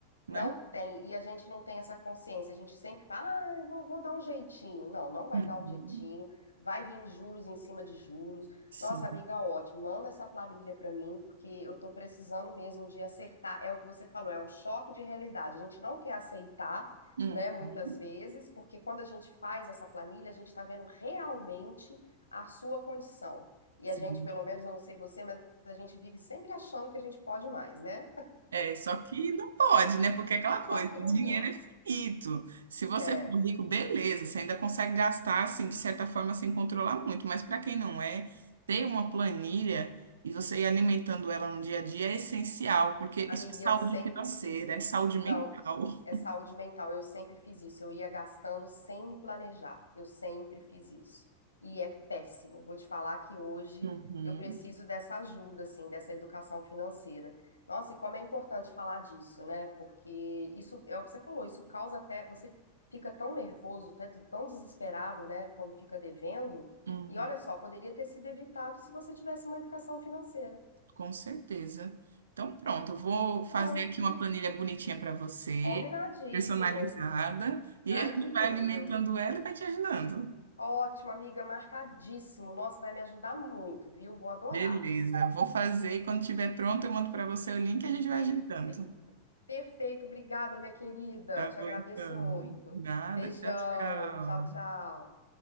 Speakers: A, on the right; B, on the left.
A: né?
B: Não tem, e a gente não tem essa consciência. A gente sempre fala, ah, eu vou, vou dar um jeitinho. Não, não vai
A: Uhum,
B: dar um jeitinho. Vai vir juros em cima de juros.
A: sim.
B: Nossa, amiga, ótimo. Manda essa planilha para mim, porque eu tô precisando mesmo de acertar. É o que você falou, é o choque de realidade. A gente não quer aceitar,
A: Uhum,
B: né, muitas vezes, porque quando a gente faz essa planilha, a gente está vendo realmente a sua condição. E
A: sim.
B: a gente, pelo menos, eu não sei você, mas a gente vive sempre achando que a gente pode mais, né?
A: É, só que não pode, né? Porque é
B: <laughs>
A: aquela coisa,
B: Só que
A: o
B: não
A: dinheiro
B: pode.
A: é finito. Se você
B: É.
A: for rico, beleza, você ainda consegue gastar, assim, de certa forma, sem controlar muito. Mas para quem não é, ter uma planilha e você ir alimentando ela no dia a dia é essencial, porque
B: Amiga,
A: isso é saúde
B: eu sempre
A: financeira,
B: fiz isso.
A: é saúde mental.
B: Não, é saúde mental. Eu sempre fiz isso. Eu ia gastando sem me planejar. Eu sempre fiz isso. E é péssimo. Vou te falar que hoje
A: Uhum,
B: eu preciso dessa ajuda, assim, dessa educação financeira. Nossa, e como é importante falar disso, né? Porque isso é o que você falou, isso causa até. Você fica tão nervoso, até tão desesperado, né, quando fica devendo.
A: uhum,
B: E olha só, poderia ter sido evitado se você tivesse uma educação financeira.
A: com certeza. Então, pronto, eu vou fazer
B: Pronto.
A: aqui uma planilha bonitinha para você,
B: Combinadíssimo.
A: personalizada, e
B: Ai,
A: a gente
B: que lindo.
A: vai alimentando ela e vai te ajudando.
B: Ótimo, amiga, marcadíssimo. Nossa, vai me ajudar muito, viu? Vou adorar.
A: Beleza, vou fazer e quando estiver pronto eu mando para você o link e a gente vai
B: Perfeito.
A: ajeitando.
B: Perfeito, obrigada, minha querida.
A: Tá
B: Te
A: bom,
B: agradeço
A: então.
B: muito.
A: Nada,
B: Beijão.
A: tchau, tchau.
B: Tchau, tchau.